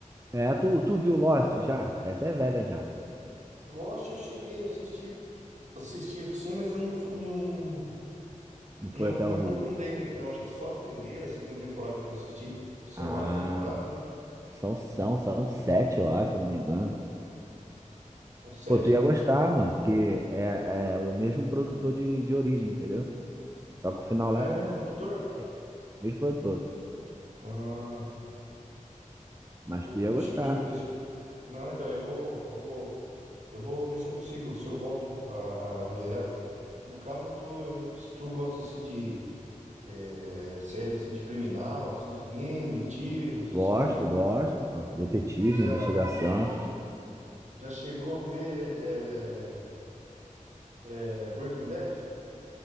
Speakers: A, on the right; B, on the right.
A: É, tu, tu viu Lost já? Essa é velha já.
B: Lost eu cheguei a assistir, assisti sim, mas eu não, fu- não,
A: Não foi
B: não
A: até
B: me
A: o.
B: aprofundei muito, não. Acho que só a primeira, a segunda temporada que eu assisti. São
A: Ah,
B: várias temporadas, né?
A: são, são, são
B: Mas
A: sete, eu acho, se eu não me engano.
B: são sete,
A: Pô, tu ia
B: né?
A: gostar, mano, porque é, é o mesmo produtor de, de origem, entendeu? Só que o final
B: Ah,
A: lá
B: é
A: é,
B: o mesmo produtor?
A: é o mesmo produtor.
B: Ah,
A: Mas
B: do-
A: tu ia
B: deixa
A: gostar.
B: eu te ver se. eu- Não, então eu vou, eu vou, eu vou ver se eu consigo, se eu volto a, a ver ela. No caso, tu, eu- se tu gosta assim de é, série assim de criminal, assim de crime, tiros,
A: Gosto,
B: assim.
A: gosto,
B: tá?
A: pô. Detetive,
B: Você já
A: investigação.
B: já chegou a ver é, é, Breaking Bad?